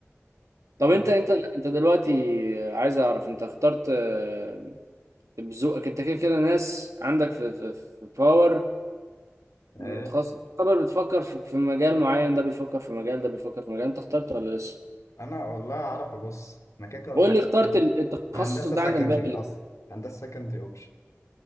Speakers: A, on the right (about 85°); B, on the left (about 85°).
A: طب
B: أو-
A: أنت أنت أنت دلوقتي عايز أعرف أنت اخترت آه، بذوقك أنت كده كده ناس عندك في في, في باور
B: ايه
A: متخصص تعتبر بتفكر في في مجال معين ده بيفكر في مجال ده بيفكر في مجال انت اخترت ولا لسه
B: انا والله اعرف بص انا كده كده قلت
A: قول
B: لك
A: لي اخترت ال- التخصص
B: هندسة
A: ده
B: سكندري
A: عن الباقي ليه
B: اصلا هندسة سكندري اوبشن